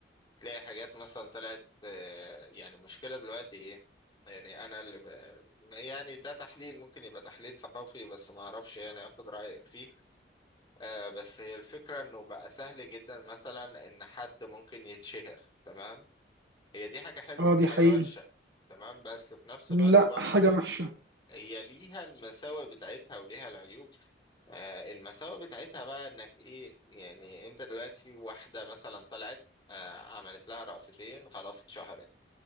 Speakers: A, on the left; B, on the right.
A: تلاقي حاجات مثلا طلعت آه، يعني مشكلة دلوقتي ايه يعني انا اللي ب... يعني ده تحليل ممكن يبقى تحليل ثقافي بس ما اعرفش يعني اخد رأيك فيه آه بس هي الفكرة انه بقى سهل جدا مثلا ان حد ممكن يتشهر تمام هي دي حاجة حلوة
B: اه دي
A: مش
B: حقيقي
A: حاجة وحشة تمام بس في نفس
B: لا
A: الوقت برضو
B: حاجه وحشه
A: هي ليها المساوئ بتاعتها وليها العيوب آه، المساوئ بتاعتها بقى انك ايه يعني انت دلوقتي واحدة مثلا طلعت آه، عملت لها رقصتين خلاص اتشهرت